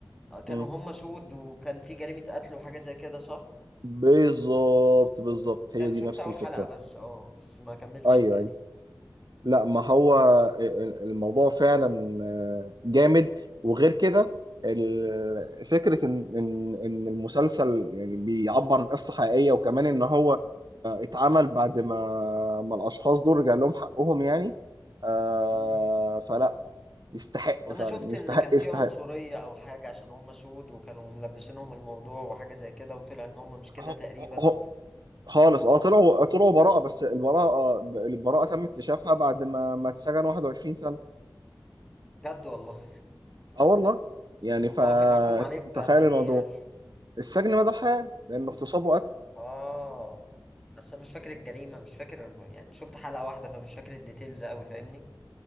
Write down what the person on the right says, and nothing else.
مم.
بالظبط بالظبط هي
دي
نفس
الفكره
ايوه
ايوه لا ما هو الموضوع فعلا آه، جامد وغير كده ال- فكرة إن إن إن المسلسل يعني بيعبر عن قصة حقيقية وكمان إن هو آه، اتعمل بعد ما ما الأشخاص دول رجع لهم حقهم يعني آه،
فلا يستحق
فعلا
يستحق
يستحق
هو-
هو- خالص اه طلعوا طلعوا براءة بس البراءة البراءة تم اكتشافها بعد ما ما اتسجن 21 سنة
اه والله يعني
فتخيل
الموضوع
السجن مدى الحياة لأن اغتصابه أك...